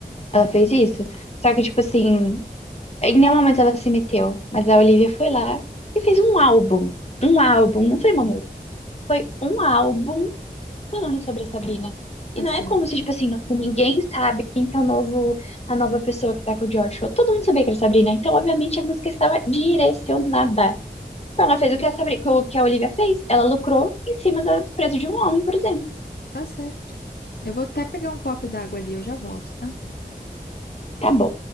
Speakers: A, on the left; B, on the left.
A: Ela
B: Hum.
A: fez isso. Só que, tipo assim, em nenhum momento ela se meteu. Mas a Olivia foi lá e fez um álbum. Um álbum, não foi uma música. Foi um álbum falando sobre a Sabrina.
B: Tá
A: E não
B: certo.
A: é como se, tipo assim, nossa, ninguém sabe quem que é o novo, a nova pessoa que tá com o George. Todo mundo sabia que era a Sabrina. Então, obviamente, a música estava direcionada. Então, ela fez o que a Sabrina, o que a Olivia fez. Ela lucrou em cima do desprezo de um homem, por exemplo.
B: Tá certo. Eu vou até pegar um copo d'água ali, eu já volto, tá?
A: Acabou.